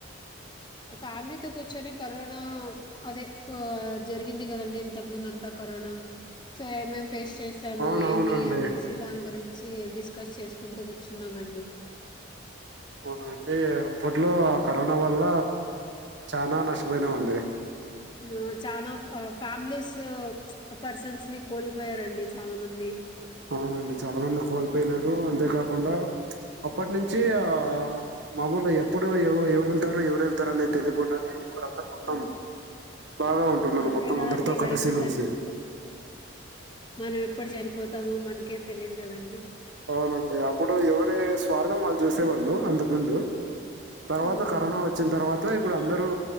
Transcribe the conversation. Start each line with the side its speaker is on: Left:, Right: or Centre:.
Left: ఫ్యామిలీతో కూర్చొని కరోనా అదే జరిగింది కదండి ఇంతకు ముందు అంతా కరొన సో ఏమేం ఫేస్ చేసాము
Right: అవునవునండి
Left: ఏమి అనేసి దాని గురించి చ్చి డిస్కస్ చేసుకుంటా కూర్చున్నామండి
Right: అవునండి అప్పట్లో ఆ కరోనా వల్ల చానా నష్టపోయినామండి
Left: మీము చానా ఆ ఫ్యామిలీస్ పర్సన్స్ ని కోలిపోయారండి చాలా మంది
Right: అవునండి చాలా మంది ని కోల్పోయినారు
Left: మంది
Right: అంతేకాకుండా అప్పటి నుంచి ఆ మామూలు ఎప్పుడు ఎవ ఎవరుంటారు ఎవరు వెళ్తారు అనేది తెలియకుండానే ఇప్పుడు అందరు మొత్తం
Left: ఆ
Right: బాగా ఉంటున్నారు
Left: అంతే
Right: మొత్తం
Left: కదండి
Right: అందరితో కలిసి
Left: లైఫ్ ఈజ్
Right: మెలిసి
Left: అన్ఎక్స్పెక్ట్ మనం ఎప్పుడు చనిపోతామో మనకే తెలిదు కాదండి
Right: అవునండి అప్పుడు ఎవరి స్వార్థం వాళ్ళు చూసేవాళ్ళు అంతకు ముందు తర్వాత
Left: ఉమ్
Right: కరోనా వచ్చిన తర్వాత ఇప్పుడు అందరు